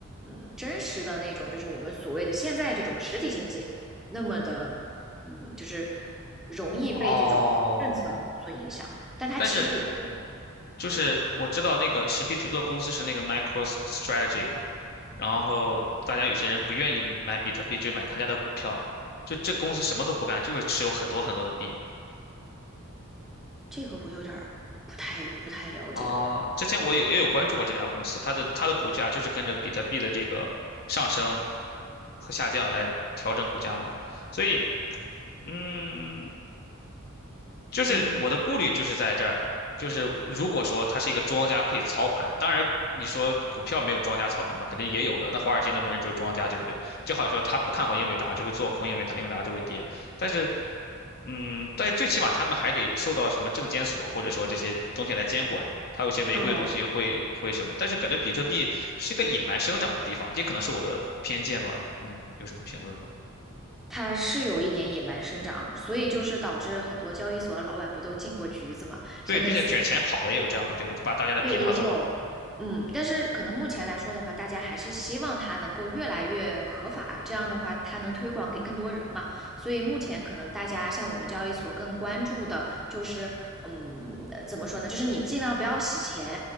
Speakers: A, in the centre; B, on the left (about 50°).
A: 嗯真实的那种，就是我们所谓的现在这种实体经济那么的嗯，就是容易被这种政策所影响，
B: 哦，
A: 但它其实也会，
B: 但是就是我知道那个持币最多的公司是那个 MicroStrategy 嘛，然后大家有些人不愿意买比特币，就买他家的股票，就这公司什么都不干，就是持有很多很多的币。
A: 这个我有点儿不太不太了解了。
B: 啊，之前我有也有关注过这家公司，它的它的股价就是跟着比特币的这个上升和下降来调整股价嘛，所以，嗯，就是我的顾虑就是在这儿，
A: 嗯，
B: 就是如果说它是一个庄家可以操盘，当然你说股票没有庄家操盘嘛，肯定也有的。那华尔街那帮人就是庄家，对不对？就好像说他不看好英伟达，就会做空英伟达，英伟达就会跌。但是，嗯，但是最起码他们还得受到什么证监所或者说这些东西来监管，它有些违规的东西会会什么。
A: 哦，
B: 但是感觉比特币是个野蛮生长的地方，这可能是我的偏见吧。你有什么评论呢？
A: 它是有一点野蛮生长，所以就是导致很多交易所的老板不都进过局子嘛，
B: 对，
A: 像那
B: 并且卷钱跑了也有这样的，
A: C
B: 对吧？他把大家的币拿走了。
A: 对，也有，嗯，但是可能目前来说的话，大家还是希望它能够越来越合法，这样的话它能推广给更多人嘛。所以目前可能大家像我们交易所更关注的就是，嗯，怎么说呢？就是你尽量不要洗钱，